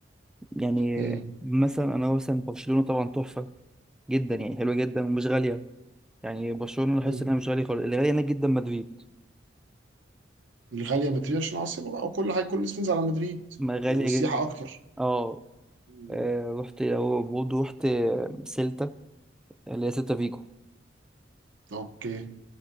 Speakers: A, in the centre; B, on the right.
A: يعني
B: امم
A: مثلا انا مثلا برشلونه طبعا تحفه جدا يعني حلوه جدا ومش غاليه يعني برشلونه لاحظت
B: امم
A: انها مش غاليه خالص اللي غاليه هناك جدا مدريد
B: الغاليه مدريد عشان العاصمه بقى وكل حاجه كل الناس بتنزل على مدريد
A: ما غاليه
B: والسياحه
A: جدا
B: اكتر
A: اه
B: مم.
A: آه، رحت او برضه رحت سيلتا اللي هي سيلتا فيجو
B: اوكي